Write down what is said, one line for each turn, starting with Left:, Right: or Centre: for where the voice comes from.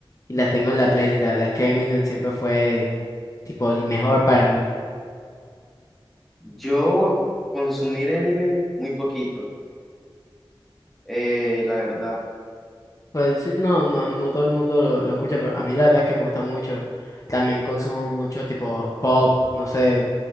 Left: y las tengo en la playlist. La verdad es que Eminem siempre fue tipo el mejor para mí.
Centre: Yo consumir anime muy poquito, eh, la verdad.
Left: Pues sí, no, no, no todo el mundo lo, lo escucha, pero a mí la verdad es que me gusta mucho. También consumo mucho tipo pop, no sé,